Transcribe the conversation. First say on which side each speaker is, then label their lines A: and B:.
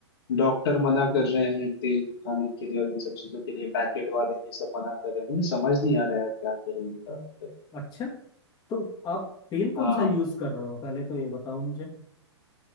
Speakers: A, on the left; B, on the left.
A: डॉक्टर मना कर रहे हैं तेल खाने के लिए और इन सब चीजों के लिए पैकेट वाले ये सब मना कर रहे हैं मुझे समझ नहीं आ रहा यार क्या करें इनका मतलब
B: अच्छा तो आप तेल कौन
A: हाँ
B: सा यूज कर रहे हो पहले तो ये बताओ मुझे